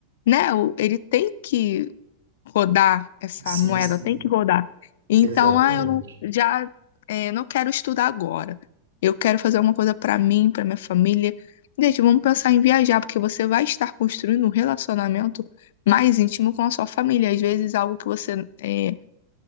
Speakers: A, on the left (about 55°); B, on the right (about 65°).
A: né? O- Ele tem que rodar essa
B: Sim,
A: moeda,
B: sim,
A: tem que rodar. Então,
B: exatamente.
A: ah, eu não, já é, não quero estudar agora. Eu quero fazer alguma coisa para mim, para minha família. Gente, vamos pensar em viajar, porque você vai estar construindo um relacionamento mais íntimo com a sua família. Às vezes, algo que você é,